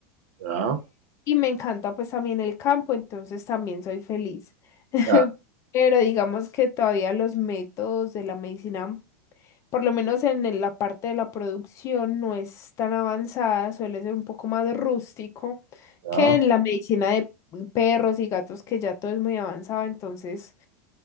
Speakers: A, on the right (about 60°); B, on the left (about 35°).
A: Ya,
B: y me encanta pues también el campo, entonces también soy feliz. <laughs>
A: ya,
B: Pero digamos que todavía los métodos de la medicina, por lo menos en el- la parte de la producción, no es tan avanzada, suele ser un poco más rústico
A: ya.
B: que en la medicina de perros y gatos, que ya todo es muy avanzado, entonces...